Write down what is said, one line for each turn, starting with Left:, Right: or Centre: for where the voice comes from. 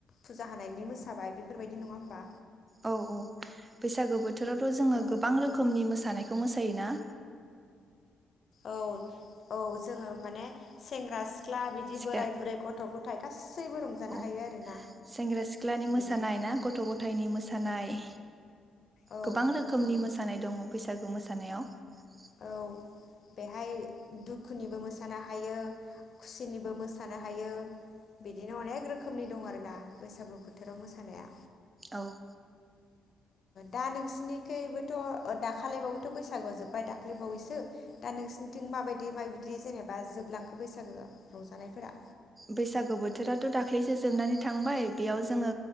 Left: फुजा होनायनि मोसाबाय बेफोरबायदि नङा होमबा
Right: औ औ बैसागो बोथोरावथ' जोङो
Left: ओं
Right: गोबां रोखोमनि मोसानायखौ मोसायोना
Left: औ औ जोङो माने सेंग्रा सिख्ला सिख्ला बिदि
Right: सिख्ला
Left: बोराइ बुरै गथ' गथाय <unintelligible>
Right: औ
Left: हायो आरोना
Right: सेंग्रा सिख्लानि
Left: बिदि
Right: मोसानाय ना गथ' गथाइनि मोसानाय
Left: औ
Right: गोबां रोखोमनि
Left: औ
Right: मोसानाय दङ बैसागु मोसानायाव <unintelligible>
Left: औ बेहाय दुखुनिबो मोसानो हायो खुसिनिबो मोसानो हायो बिदिनो अनेख रोखोमनि दं आरोना बैसागु बोथोराव मोसानाया
Right: औ
Left: दा नोंसोरनिखैबो दाखालै बावैथ' बै बैसागोआ जोब्बाय दाख्लैबावैसो दा नोंसोरनिथिं माबायदि माबायदि जेनेबा जोबलांखो बैसागोआव रंजानायफोरा
Right: बैसागु बोथोराथ' दाख्लैसो जोबनानै थांबाय बेयाव जोङो